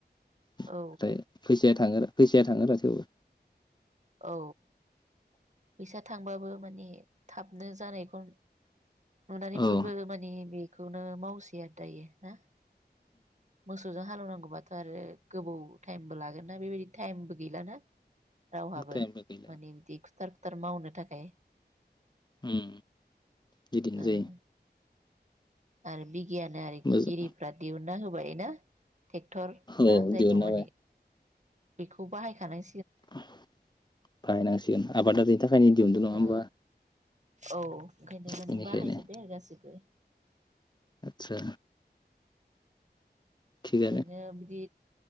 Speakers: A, on the left (about 25°); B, on the right (about 45°).
A: नाथाय
B: औ
A: फैसाया थाङो आरो। फैसाया थाङोबा थेवबो
B: औ। फैसा थांबाबो माने थाबनो जानायखौ नुनानै
A: औ
B: बयबो माने बे खौनो मावसै आरो दायो ना मोसौजों हालेवनांगौबाथ' आरो गोबौ टाइमबो लागोन ना बेबायदि टाइमबो गैलाना। रावहाबो
A: टाइमबो गैला
B: माने बिदि। फुथार फुथार मावनो थाखाय
A: उम बिदिनो
B: ओ
A: जायो।
B: आरो बि गियानआरि
A: मोजां
B: गिरिफ्रा दिहुनना हो बायना ट्रेक्टर
A: औ
B: ना जायखौ
A: दिहुनना
B: माने
A: होबाय
B: बेखौ बाहायखानां
A: बाहायनांसिगोन आबादारिनि थाखायनो दिहुनदों नङा
B: ओ
A: होमबा
B: औ। ओंखायनो माने
A: बेनिखायनो
B: बाहायजोबबाय आरो गासिबो
A: आदसा थिगानो
B: ओरैनो बिदि